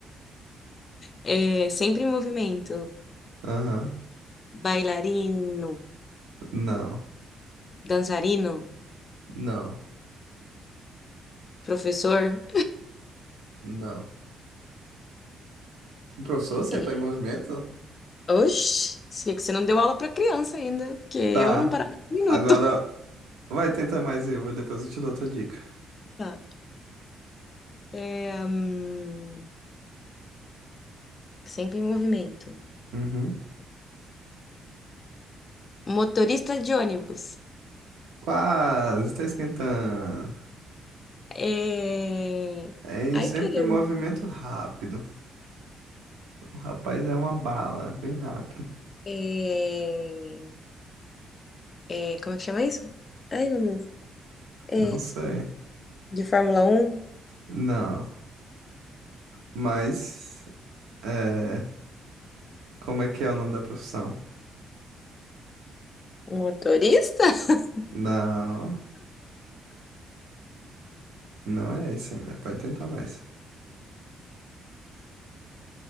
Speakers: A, on the left (about 40°); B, on the right (about 85°).
A: É, sempre em movimento.
B: aham,
A: Bailarino.
B: não,
A: Dançarino.
B: não,
A: Professor.
B: não. O professor sempre
A: É,
B: tá em movimento?
A: Oxi, sei que você não deu aula pra criança ainda, porque eu
B: Tá,
A: não parava um minuto.
B: agora
A: <laughs>
B: vai tentar mais eu, depois eu te dou outra dica.
A: Tá. É, hum, sempre em movimento.
B: Uhum.
A: Motorista de ônibus.
B: Quase, tá esquentando.
A: É...
B: É em
A: Ai,
B: sempre
A: caramba.
B: em movimento rápido. O rapaz é uma bala, bem rápido.
A: É, é, como é que chama isso? Ai, meu Deus. É,
B: Não sei.
A: de Fórmula Um,
B: Não, mas É, como é que é o nome da profissão?
A: um Motorista? <laughs>
B: Não, não é esse ainda. Pode tentar mais.